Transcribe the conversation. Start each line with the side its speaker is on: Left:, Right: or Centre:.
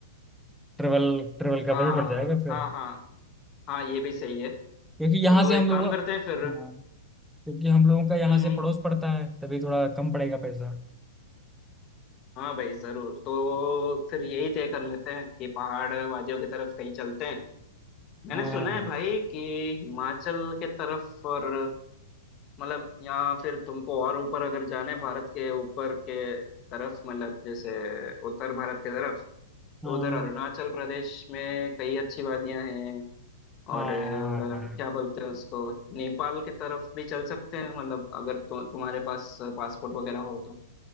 Centre: ट्रेवल ट्रेवल का
Left: हाँ
Centre: बजट बढ़ जाएगा फिर
Left: हाँ हाँ हाँ ये भी सही है
Centre: क्योंकि यहाँ
Left: तो
Centre: से
Left: एक
Centre: हम लोग
Left: काम
Centre: हाँ
Left: करते हैं फिर
Centre: क्योंकि हम लोगों का यहाँ
Left: हम्म
Centre: से
Left: हम्म,
Centre: पड़ोस पड़ता है तभी थोड़ा कम पड़ेगा पैसा
Left: हाँ भाई जरूर तो फिर यही तय कर लेते हैं कि पहाड़ वादियों की तरफ कहीं चलते हैं मैंने
Centre: हाँ
Left: सुना है भाई कि हिमाचल के तरफ और मतलब यहाँ फिर तुमको और ऊपर अगर जाना है भारत के ऊपर के तरफ मतलब जैसे उत्तर भारत के तरफ
Centre: हाँ
Left: तो उधर अरुणाचल प्रदेश में कई अच्छी वादियां हैं
Centre: हाँ
Left: और अ, क्या बोलते हैं उसको नेपाल की तरफ भी चल सकते हैं मतलब अगर तु, तुम्हारे पास पासपोर्ट वगैरह हो तो